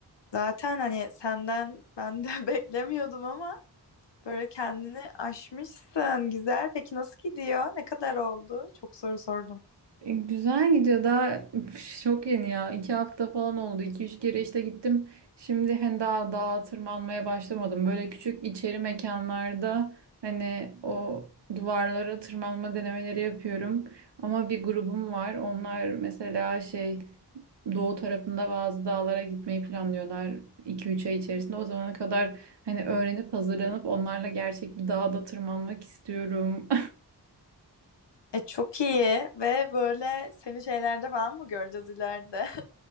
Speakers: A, on the left; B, on the right.
A: Zaten hani senden ben de <laughs> beklemiyordum ama böyle kendini aşmışsın. Güzel. Peki nasıl gidiyor? Ne kadar oldu? Çok soru sordum.
B: E, Güzel gidiyor. Daha <laughs> çok yeni ya. iki hafta falan oldu. iki üç kere işte gittim. Şimdi hani daha dağa tırmanmaya başlamadım. Böyle küçük içeri mekanlarda hani o duvarlara tırmanma denemeleri yapıyorum. Ama bir grubum var. Onlar mesela şey doğu tarafında bazı dağlara gitmeyi planlıyorlar. iki üç ay içerisinde. O zamana kadar hani öğrenip hazırlanıp onlarla gerçek bir dağda tırmanmak istiyorum.
A: E çok iyi ve böyle seni şeylerde falan mı göreceğiz ileride? <laughs>